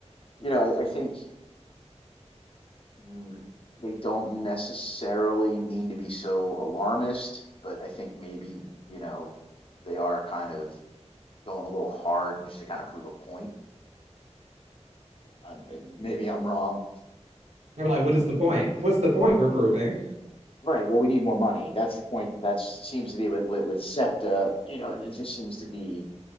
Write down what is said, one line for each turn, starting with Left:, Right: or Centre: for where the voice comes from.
Left: you know, I, I think mm, they don't necessarily need to be so alarmist, but I think maybe, you know, they are kind of going a little hard just to kind of prove a point. I'm, maybe I'm wrong,
Right: I'm like, what is the point? What's the point we're proving?
Left: Right. Well, we need more money. That's the point. That seems to be with with, with SEPTA. You know, it just seems to be